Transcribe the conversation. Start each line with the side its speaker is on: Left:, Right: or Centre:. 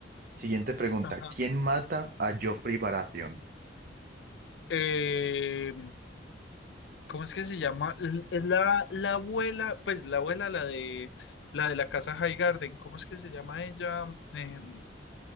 Right: Siguiente pregunta.
Left: Ajá.
Right: ¿Quién mata a Joffrey Baratheon?
Left: Eh, ¿cómo es que se llama? L- Es la, la abuela, pues la abuela, la de la de la casa High Garden, ¿cómo es que se llama ella? Eh,